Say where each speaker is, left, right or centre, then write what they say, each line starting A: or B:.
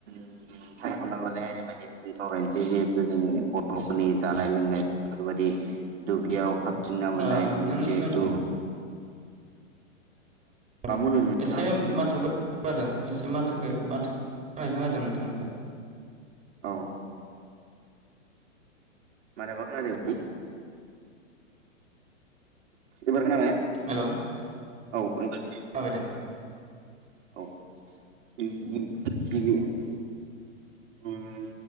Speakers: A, on the right; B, on the right.
A: <inaudible> सायखना लानाया <inaudible> ओरबायदि सावरायनोसै जिहेथु जोंनि बरफोरनि जानाय लोंनाय बेफोरबादि दुब्लियाव थिं ना मोननाय
B: ओ
A: उम
B: नोंनि
A: जेहेथु
B: नों <inaudible>
A: बुंदों नोंथाङा
B: एसे माथो <inaudible> एसे माथो माथो <inaudible> खोनादो नोंथांनिखो
A: औ। माने <inaudible> एबार खोनाबाय?
B: हेलौ
A: औ एबार
B: बाय दे
A: औ <unintelligible> गिबि उम उम